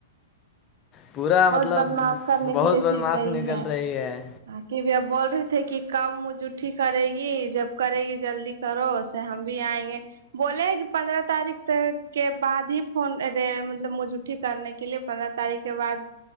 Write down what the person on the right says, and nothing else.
بہت بدماش کرنے
کے لیے
سیکھ گئی
ہے
کی وہو اب بول رہے تھے کی کب منہ جھوٹی کرے گی جب کرے گی جلدی کرو سے ہم بھی آئیں گے بولے رہے ہیں کی پندرہ تاریخ کے بعد ہی فون دے مطلب منہ جھوٹی کرنے کے لیے پندرہ تاریخ اس کے بعد